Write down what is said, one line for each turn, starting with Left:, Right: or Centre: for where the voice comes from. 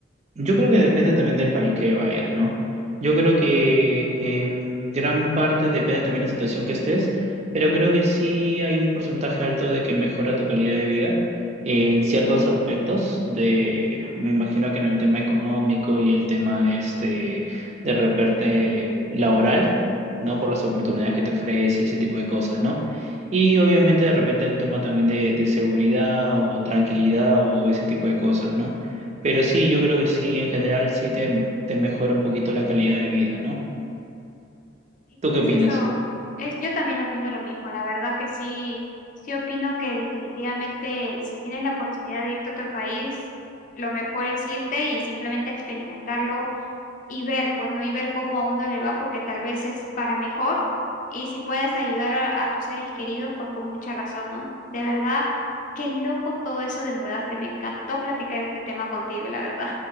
Right: yo creo que depende también del país que vayas, ¿no? Yo creo que en gran parte depende también de la situación que estés, pero creo que sí hay un porcentaje alto de que mejora tu calidad de vida en ciertos aspectos de, me imagino que en el tema económico y el tema este de repente laboral, ¿no? Por las oportunidades que te ofrece y ese tipo de cosas, ¿no? Y obviamente de repente un tema también de, de seguridad o tranquilidad o ese tipo de cosas, ¿no? Pero sí, yo creo que sí, en general sí te, te mejora un poquito la calidad de vida, ¿no?
Left: Y
Right: ¿Tú
Left: pues
Right: qué opinas?
Left: eso, es, yo también opino lo mismo. La verdad que sí, sí opino que definitivamente si tienes la oportunidad de irte a otro país, lo mejor es irte y simplemente experimentarlo y ver, pues no, y ver cómo a uno le va, porque tal vez es para mejor. Y si puedes ayudar a, a tus seres queridos, pues con mucha razón, ¿no? De verdad, qué loco todo eso de mudarse. Me encantó platicar este tema contigo, la verdad.